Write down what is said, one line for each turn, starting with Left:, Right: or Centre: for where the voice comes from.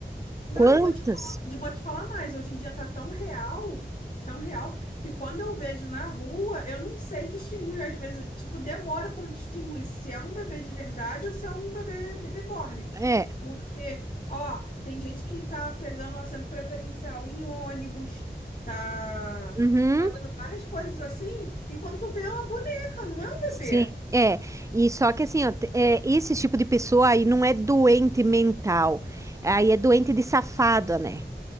Left: Não,
Right: Quantas?
Left: eu vou te falar, eu vou te falar mais. Hoje em dia tá tão real, tão real, que quando eu vejo na rua, eu não sei distinguir. Às vezes, tipo, demora para distinguir se é um bebê de verdade ou se é um bebê de reborn.
Right: É.
Left: Porque, ó, tem gente que tá pegando o assento preferencial em ônibus, tá
Right: Uhum.
Left: fazendo várias coisas assim, e quando tu vê é uma boneca, não é um
Right: Sim,
Left: bebê.
Right: é. E só que assim, ó, te- é, esse tipo de pessoa aí não é doente mental, aí é doente de safado, né?